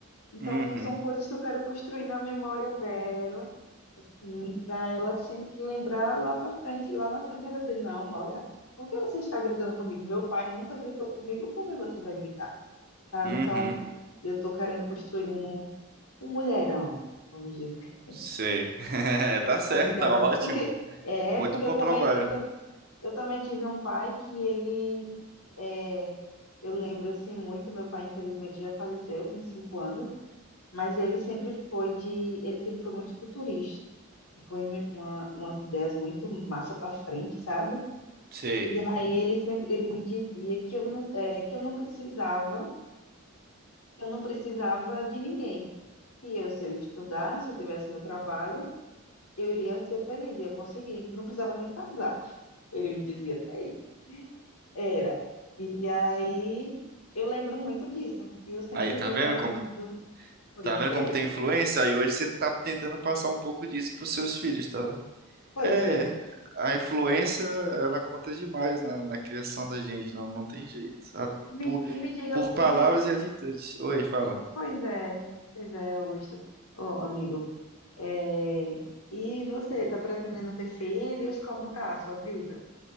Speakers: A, on the left; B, on the right.
A: Então,
B: uhum,
A: são coisas que eu quero construir na memória dela, assim, para ela sempre lembrar lá para frente. E lá na frente ela dizer: Não, olha, por que você está gritando comigo? Meu pai nunca gritou comigo, por que você vai gritar? Sabe?
B: uhum.
A: Então, eu estou querendo construir um, um mulherão. Vamos dizer.
B: Sei. <laughs> Tá certo,
A: Não fica
B: tá
A: na...
B: ótimo.
A: Porque é,
B: Muito
A: porque
B: bom
A: eu também
B: trabalho.
A: eu, tam- eu também tive um pai que ele é, eu lembro assim muito, meu pai infelizmente já faleceu, tem cinco anos, mas ele sempre foi de ele sempre foi muito futurista, tipo em uma, umas ideias muito massa para frente, sabe?
B: Sei.
A: E aí ele sempre ele me dizia que eu não é, que eu não precisava, eu não precisava de ninguém, que eu se eu estudasse, se eu tivesse meu trabalho, eu iria ser feliz, ia conseguir, não precisava nem casar. Ele me dizia até isso. Era. E aí eu lembro muito disso. E eu sempre
B: Aí, tá
A: venho
B: vendo
A: lembrando
B: como
A: do. Pois
B: tá vendo
A: é,
B: como tem influência? Aí hoje você tá tentando passar um pouco disso pros seus filhos, tá vendo?
A: pois
B: É,
A: é.
B: a influência, ela conta demais na, na criação da gente, não, não tem jeito. A-
A: E me,
B: por,
A: e me diga,
B: por palavras
A: você.
B: e atitudes. Oi, fala.
A: Pois é, pois é, Augusto. Ô, amigo. É, E você, tá pretendendo ter filhos? Como tá a sua vida?